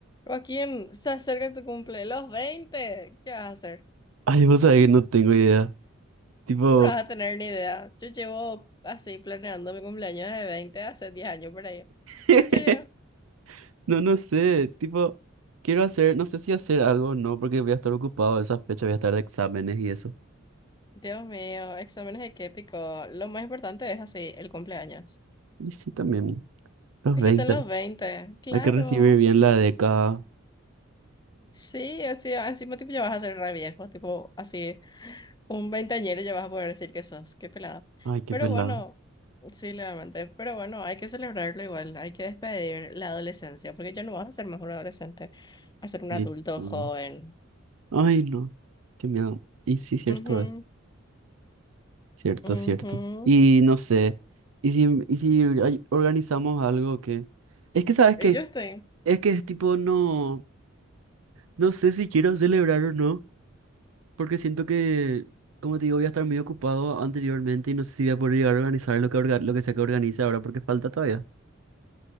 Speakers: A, on the left (about 20°); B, on the right (about 80°).
A: Joaquín, se acerca tu cumple, los 20, ¿Qué vas a hacer?
B: Ay, vos sabés que no tengo idea. Tipo,
A: ¿Cómo no vas a tener ni idea? Yo llevo así planeando mi cumpleaños de 20 hace 10 años por ahí.
B: <laughs>
A: ¿En serio?
B: no, no sé. Tipo, quiero hacer, no sé si hacer algo o no, porque voy a estar ocupado esa fecha, voy a estar de exámenes y eso.
A: Dios mío, exámenes de qué pico. Lo más importante es así, el cumpleaños.
B: Y sí, también, los
A: Es
B: veinte
A: que son los 20, claro.
B: Hay que recibir bien la década.
A: Sí, así, encima tipo ya vas a ser re viejo, tipo así. Un veinteañero ya vas a poder decir que sos, qué pelada.
B: Ay, qué
A: Pero
B: pelada.
A: bueno, sí, levemente. Pero bueno, hay que celebrarlo igual, hay que despedir la adolescencia, porque ya no vas a ser más un adolescente, a ser un
B: Sí,
A: adulto
B: sí.
A: joven.
B: Ay, no. Qué miedo. Y sí, cierto
A: Ujú,
B: es. Cierto,
A: ujú.
B: cierto. Y no sé. Y si, y si ay- organizamos algo que. Es que, ¿sabes qué?
A: Y yo estoy.
B: Es que es tipo, no. No sé si quiero celebrar o no. Porque siento que, como te digo, voy a estar muy ocupado anteriormente y no sé si voy a poder llegar a organizar lo que, orga- lo que sea que organice ahora porque falta todavía.